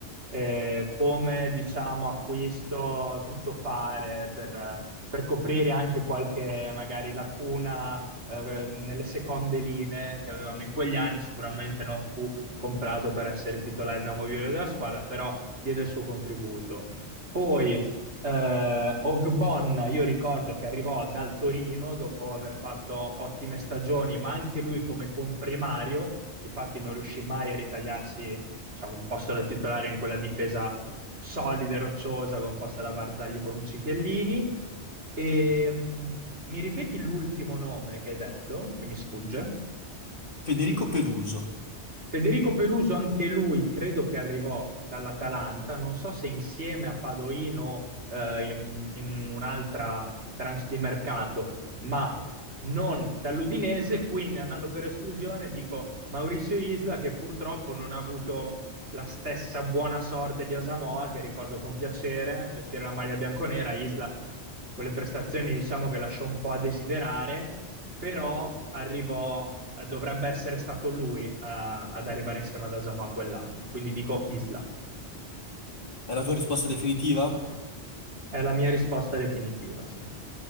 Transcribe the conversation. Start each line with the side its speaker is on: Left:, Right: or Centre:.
Right: eh, come, diciamo, acquisto tuttofare per, per coprire anche qualche, magari, lacuna eh, nelle seconde linee che avevamo in quegli anni. Sicuramente non fu comprato per essere titolare inamovibile della squadra, però diede il suo contributo. Poi, eh, Ogbonna, io ricordo che arrivò dal Torino dopo aver fatto ottime stagioni, ma anche lui come comprimario, difatti non riuscì mai a ritagliarsi, diciamo, un posto da titolare in quella difesa solida e rocciosa composta da Barzagli, Bonucci, Chiellini. E, mh, mi ripeti l'ultimo nome che hai detto, che mi sfugge?
Left: Federico Peluso.
Right: Federico Peluso, anche lui, credo che arrivò dall'Atalanta, non so se insieme a Padoino o eh, in, in un'altra tranche di mercato, ma non dall'Udinese, quindi andando per esclusione dico Maurizio Isla che purtroppo non ha avuto la stessa buona sorte di Asamoah, che ricordo con piacere, vestire la maglia bianconera, Isla con le prestazioni diciamo che lasciò un po' a desiderare, però arrivò, eh, dovrebbe essere stato lui a- ad arrivare insieme ad Asamoah quell'anno, quindi dico Isla.
Left: È la tua risposta definitiva?
Right: È la mia risposta definitiva, sì.